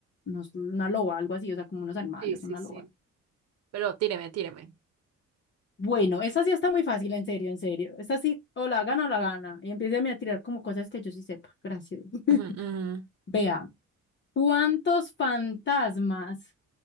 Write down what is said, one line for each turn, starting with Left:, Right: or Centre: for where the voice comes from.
Left: unos, una loba, algo así, o sea, como unos animales,
Right: Sí, sí,
Left: una
Right: sí.
Left: loba.
Right: Pero tíreme, tíreme.
Left: Bueno, esa sí está muy fácil, en serio, en serio. Esta sí, o la gana o la gana. Y empieza a tirar como cosas que yo sí sepa. Gracias. <laughs>
Right: Ujú, ujú.
Left: Vea. ¿Cuántos fantasmas